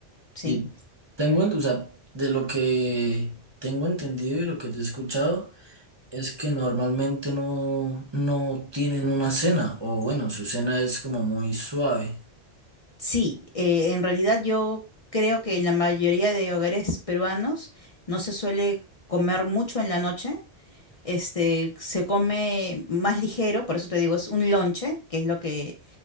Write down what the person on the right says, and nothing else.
Y tengo, en- o sea, de lo que tengo entendido y lo que te he escuchado, es que normalmente no, no tienen una cena, o bueno, su cena es como muy suave.